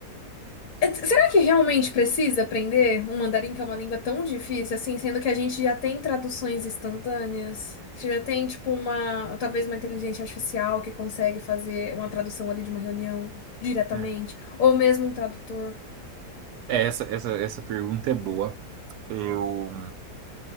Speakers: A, on the left; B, on the right.
A: Eh, Será que realmente precisa aprender um mandarim que é uma língua tão difícil assim, sendo que a gente já tem traduções instantâneas? Já tem, tipo, uma, talvez uma inteligência artificial que consegue fazer uma tradução ali de uma reunião diretamente,
B: É,
A: ou mesmo um tradutor.
B: É, essa, essa, essa pergunta é boa. Eu,